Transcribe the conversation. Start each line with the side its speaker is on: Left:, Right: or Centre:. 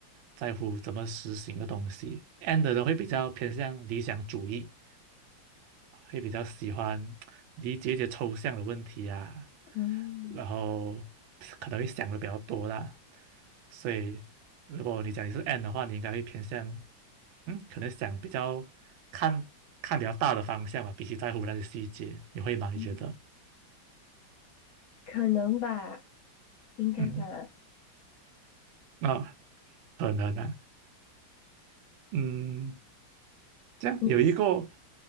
Right: 在乎怎么实行的东西。N 的人会比较偏向理想主义，会比较喜欢理解一些抽象的问题啊，
Left: 嗯
Right: 然后可能会想的比较多啦。所以，如果你讲你是 N 的话，你应该会偏向，嗯，可能想比较看看比较大的方向吧，比起在乎那些细节，你会吗？
Left: 嗯，
Right: 你觉得？
Left: 可能吧，应该吧。
Right: 嗯，啊，可能啊，嗯，这样有一个
Left: 你是